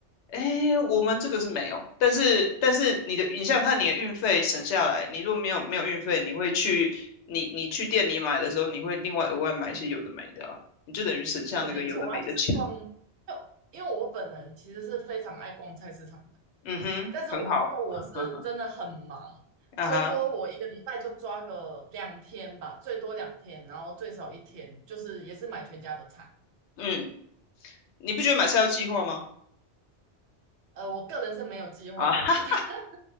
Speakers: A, on the left (about 80°); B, on the right (about 75°).
A: 哎，我们这个是没有，但是但是你的，你想想看，你的运费省下来，你如果没有没有运费，你会去你你去店里买的时候，你会另外额外买一些有的没的啊，你就等于省下那个有的没的钱。
B: 是没错，它就是逛，就因为我本人其实是非常爱逛菜市场，
A: 嗯哼，
B: 但是我因为我是真的很忙，
A: 很好，<laughs> 啊哈，
B: 所以说我一个礼拜就抓个两天吧，最多两天，然后最少一天，就是也是买全家的菜。
A: 嗯。你不觉得买菜要计划吗？
B: 呃，我个人是没有计划可言的，
A: 啊，<laughs>
B: <laughs>